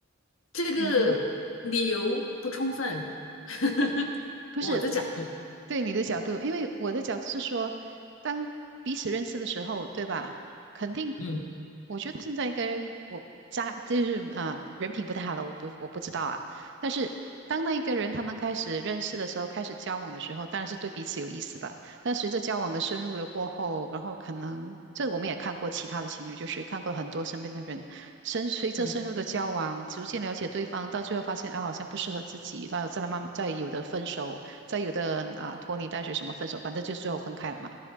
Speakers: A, on the left; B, on the right.
A: 这个理由不充分，
B: 嗯哼。
A: <laughs>
B: 不是，
A: 我的角度，
B: 对你的角度，因为我的角度是说，当彼此认识的时候，对吧？肯定，
A: 嗯
B: 我觉得现在应该我家就是啊，人品不太好了，我不我不知道啊。但是当那一个人他们开始认识的时候，开始交往的时候，当然是对彼此有意思吧。但随着交往的深入了过后，然后可能这我们也看过其他的情侣，就是看过很多身边的人，深随着深入的交往，
A: 嗯
B: 逐渐了解对方，到最后发现啊好像不适合自己，然后再慢慢再有的分手。在有的人啊拖泥带水什么分手，反正就最后分开了嘛。